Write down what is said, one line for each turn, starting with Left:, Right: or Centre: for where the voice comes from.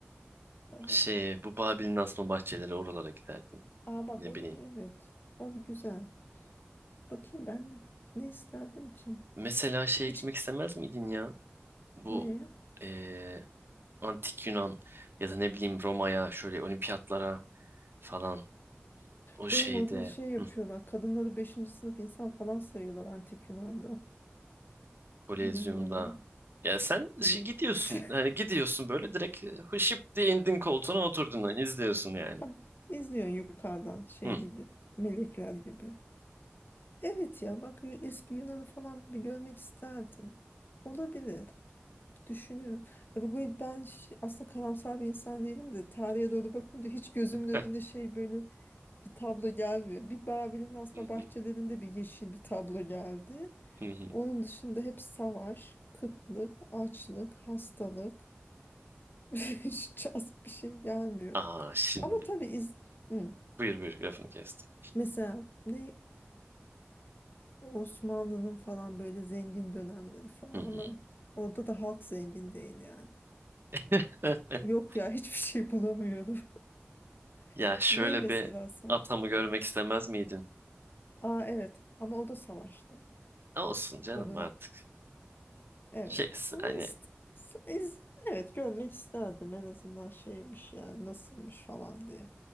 Left: <laughs> Aha.
Right: Şey bu Babil'in asma bahçeleri oralara giderdim.
Left: Aa bak
Right: Ne
Left: orayı
Right: bileyim.
Left: evet. O güzel. Bakayım ben de. Ne isterdim ki?
Right: Mesela şeye
Left: Hiç
Right: gitmek istemez miydin ya? Bu
Left: ne?
Right: eee, antik Yunan ya da ne bileyim Roma'ya şöyle olimpiyatlara falan o
Left: Canım
Right: şeyde
Left: orada şey yapıyorlar.
Right: hı,
Left: Kadınları beşinci sınıf insan falan sayıyorlar antik Yunan'da.
Right: Kolezyum'da.
Left: Bilmiyorum ya.
Right: Ya sen
Left: Kolye.
Right: şi- gidiyorsun
Left: <laughs>
Right: hani gidiyorsun böyle direkt e, hışıp diye indin koltuğuna oturdun hani izliyorsun yani.
Left: Tam İzliyorsun yukarıdan şey
Right: Hı.
Left: gibi. Melekler gibi. Evet ya bak y- eski Yunan'ı falan bir görmek isterdim. Olabilir. Düşünüyorum. Ya bu böyle ben şey- aslında karamsar bir insan değilim de tarihe doğru bakınca hiç gözümün önüne
Right: Heh.
Left: şey böyle bir tablo gelmiyor. Bir Babil'in asma
Right: Hı
Left: bahçelerinde
Right: hı,
Left: bir yeşil bir tablo geldi.
Right: hı hı.
Left: Onun dışında hep savaş, kıtlık, açlık, hastalık. <laughs> Hiç cazip bir şey gelmiyor.
Right: Aa şimdi
Left: Ama tabii iz Hı.
Right: buyur buyur lafını kestim.
Left: Mesela ne Osmanlı'nın falan böyle zengin dönemleri falan
Right: Hı hı.
Left: ama orada da halk zengin değil yani.
Right: <laughs>
Left: Yok ya hiçbir şey bulamıyorum.
Right: Ya
Left: <laughs>
Right: şöyle
Left: Ney mesela
Right: bir
Left: sen?
Right: atamı görmek
Left: Hı.
Right: istemez miydin?
Left: Aa evet ama o da savaşta.
Right: Olsun canım
Left: O dönem
Right: artık.
Left: Evet
Right: Şey,
Left: ama
Right: hani
Left: ist s- iz- evet görmek isterdim en azından şeymiş yani nasılmış falan diye.